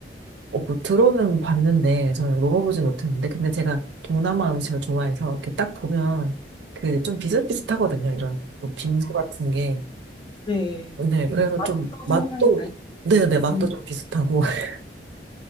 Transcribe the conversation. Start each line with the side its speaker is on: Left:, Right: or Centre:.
Right: 어, 뭐 들어는 봤는데, 저는 먹어보진 못했는데, 근데 제가 동남아 음식을
Left: 네.
Right: 좋아해서, 이렇게 딱 보면, 그, 좀 비슷비슷하거든요. 이런, 뭐 빙수 같은 게.
Left: 네.
Right: 네, 그래서
Left: 맛도
Right: 좀 맛도,
Left: 상당히 맛있고
Right: 네네, 맛도
Left: 음,
Right: 좀 비슷하고. <laughs>